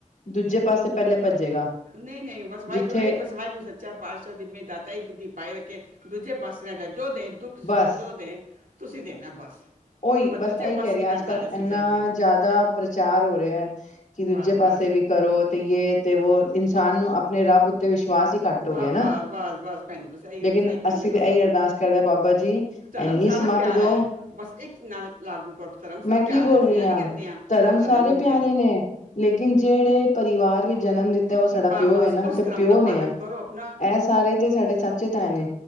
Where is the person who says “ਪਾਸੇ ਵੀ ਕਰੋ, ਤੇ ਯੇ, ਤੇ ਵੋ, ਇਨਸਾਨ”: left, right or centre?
Left